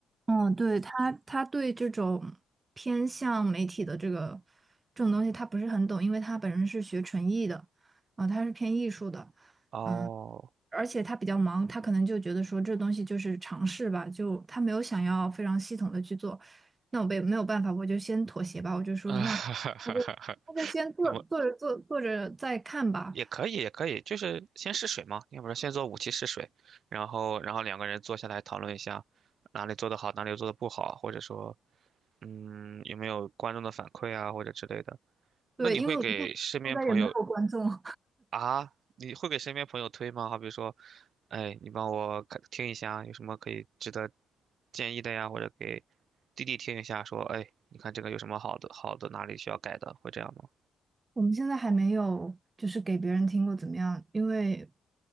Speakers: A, on the right; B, on the right.
A: 嗯，对，他，他对这种偏向媒体的这个这种东西，他不是很懂，因为他本人是学纯艺的，啊、他是偏艺术的，
B: 哦，
A: 嗯，而且他比较忙，他可能就觉得说这东西就是尝试吧，就他没有想要非常系统的去做，那我被没有办法，我就先妥协吧，我就说那
B: <laughs> 啊哈哈哈哈，
A: 那就那就先做做着做做着再看吧，
B: 那么也可以也可以，就是先试水嘛，要不然先做五期试水，然后然后两个人坐下来讨论一下哪里做得好，哪里做得不好，或者说嗯有没有观众的反馈啊，或者之类的。那你会给身边朋友
A: 对，因为我们看现在也没有观众。<laughs>
B: 啊？你会给身边朋友推吗？好比说，哎，你帮我看听一下，有什么可以值得建议的呀？或者给弟弟听一下，说，哎，你看这个有什么好的，好的哪里需要改的，会这样吗？
A: 我们现在还没有就是给别人听过怎么样，因为